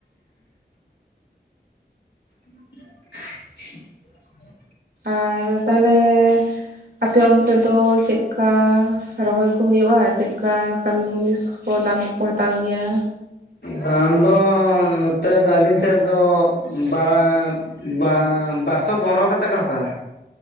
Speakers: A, on the left; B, on the right.
A: <inaudible>
B: ᱟᱨ ᱛᱟᱦᱚᱞᱮ ᱟᱯᱮ ᱚᱱᱛᱮ ᱫᱚ ᱪᱮᱫ ᱠᱟ ᱨᱚᱦᱚᱭ ᱠᱚ ᱦᱩᱭᱩᱜᱼᱟ ᱪᱮᱫ ᱠᱟ ᱠᱟᱹᱢᱤ ᱢᱩᱱᱤᱥ ᱠᱚ ᱫᱟᱢ ᱠᱚᱠᱚ ᱦᱟᱛᱟᱣ ᱜᱮᱭᱟ᱾
A: ᱫᱟᱱ ᱫᱚ ᱱᱚᱛᱮ ᱫᱚ ᱟᱹᱞᱤᱧ ᱥᱮᱫ ᱫᱚ ᱵᱟᱨᱟ ᱵᱟᱝ ᱵᱟᱨ ᱥᱚ ᱵᱚᱨᱚ ᱠᱟᱛᱮ ᱠᱚ ᱦᱟᱛᱟᱣᱟ᱾